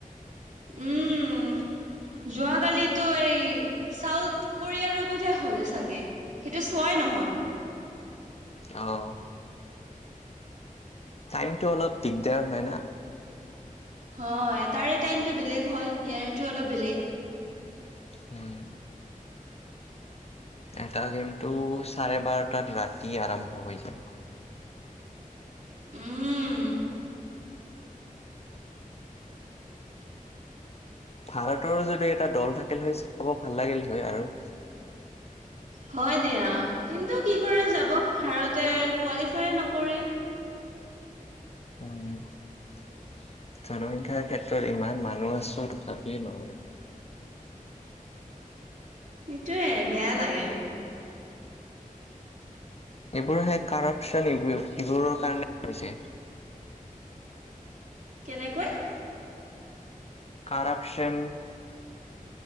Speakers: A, on the right; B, on the left.
A: উম যোৱাকালিতো এই চাউথ কোৰিয় পধে হ'লে চাগে সেইটো চোৱাই নহল
B: অহ টাইমটো অলপ দিগদাৰ হয় না
A: হয় তাৰে টাইমতটো বেলেগ হয় ইয়াৰেতো অলপ বেলেগ
B: উম এটা গেমটো চাৰে বাৰটাত ৰাতি আৰম্ভ হৈ যায়
A: উম
B: ভাৰতৰো যদি এটা দল থাকিল হয় চাব ভাল লাগিল হয় আৰু
A: হয় দিয়া কিন্তু কি কৰে যাব ভাৰতে কোৱালিফাই নকৰে
B: উম জনসংখ্যাৰ ক্ষেত্ৰত ইমান মানুহ আছো তথাপি নহয়
A: সেইটোৱে বেয়া লাগে
B: এইবোৰহে কাৰেপচন এইবোৰৰ কাৰণে হৈছে
A: কেনেকৈ
B: কাৰাপচন